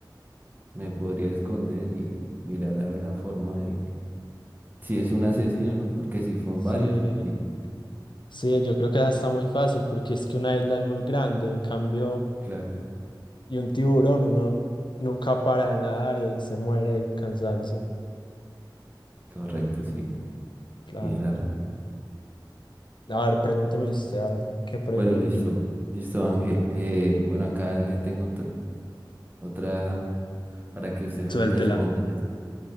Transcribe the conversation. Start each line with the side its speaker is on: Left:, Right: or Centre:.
Right: me podría esconder y mirar a ver la forma de. Si es un asesino, ¿no? Porque si son
Left: Sí.
Right: varios, sí, sí,
Left: Sí, yo creo que esa está muy fácil porque es que una isla es muy grande, en cambio,
Right: claro,
Left: y un tiburón uno nunca para de nadar y ahí se muere de cansancio.
Right: correcto, sí,
Left: Claro.
Right: tiene la razón.
Left: A ver, pregúnteme usted, a ver, ¿qué prefiero
Right: Bueno, listo,
Left: yo?
Right: listo, Ángel. Eh, bueno, acá le tengo ot- otra para que usted me
Left: Suéltela.
Right: responda.